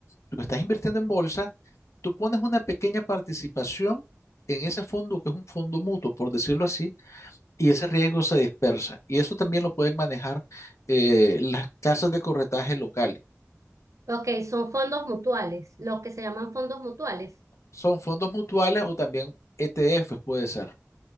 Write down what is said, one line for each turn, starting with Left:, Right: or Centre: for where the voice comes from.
Left: Tú estás invirtiendo en bolsa, tú pones una pequeña participación en ese fondo, que es un fondo mutuo, por decirlo así, y ese riesgo se dispersa. Y eso también lo pueden manejar eh, las casas de corretaje locales.
Right: ok, son fondos mutuales, los que se llaman fondos mutuales.
Left: Son fondos mutuales o también ETFs puede ser.